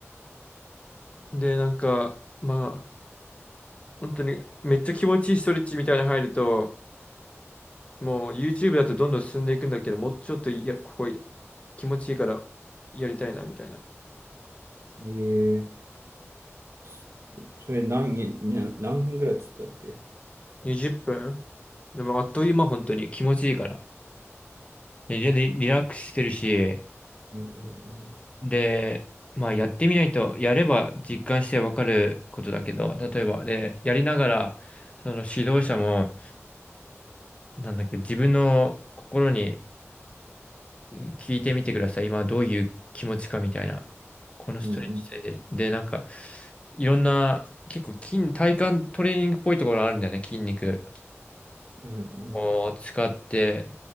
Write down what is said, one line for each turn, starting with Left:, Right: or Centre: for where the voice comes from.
Left: で、なんか、まあ、本当にめっちゃ気持ちいいストレッチみたいなの入ると、もう YouTube だとどんどん進んでいくんだけど、もうちょっといや、ここ気持ちいいからやりたいなみたいな。
Right: ええそそれ何に、な何分ぐらいっつってたっけ
Left: 20分でもあっという間本当に気持ちいいから。でリ、リラックスしてるし、
Right: うんうんうん。
Left: で、まあやってみないと、やれば実感してわかることだけど、例えば、で、やりながら、その指導者も、なんだっけ、自分の心に聞いてみてください。今どういう気持ちかみたいな。このストレッチで、
Right: うん
Left: で、なんか、いろんな、結構筋、体幹トレーニングっぽいところあるんだよね、筋肉
Right: うんうん。
Left: を使って。